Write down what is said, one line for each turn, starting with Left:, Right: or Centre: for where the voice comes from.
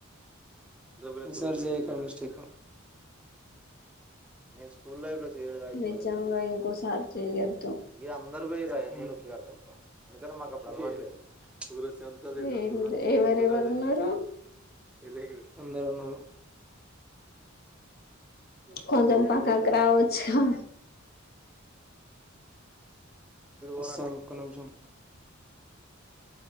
Centre: వెన్సర్ చెయ్ కమిషన్. నేను స్కూల్ లైఫ్ లో. ఇప్పటిదాకా
Left: నిజంగా
Centre: పోలే స్కూల్ లైఫ్.
Left: ఇంకోసారి చేయొద్దు.
Centre: ఈడ అందరు పోయిరా నేను వచ్చి కొడతా పో ఎందుకంటే మాకు అప్పుడు అలవాటు లేదు ప్చ్. సెవెంత్ క్లాస్ <unintelligible>
Left: ఏం ఎవరెవరు ఉన్నారు
Centre: రెండు <unintelligible> అందరున్నారు. ఈ కొంతమంది
Left: కొంచెం
Centre: బ్యాండ్
Left: పక్కకు
Centre: కొట్టి పోయినట్టున్నారు
Left: రావచ్చుగా
Centre: పెళ్లికి. అసలు ఒక నిమిషం.